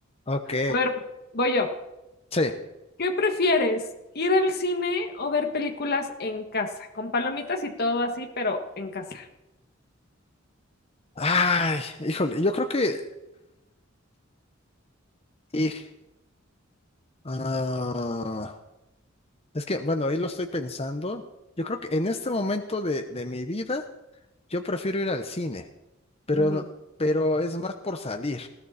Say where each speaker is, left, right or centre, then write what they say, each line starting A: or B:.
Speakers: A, on the left; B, on the left.
A: Ok,
B: A ver, voy yo.
A: sí.
B: ¿Qué prefieres? ¿Ir al cine o ver películas en casa? Con palomitas y todo así, pero en casa.
A: Ay, híjole, yo creo que... y- ah, es que, bueno, ahí lo estoy pensando. Yo creo que en este momento de, de mi vida, yo prefiero ir al cine, pero,
B: Ujú.
A: no- pero es más por salir,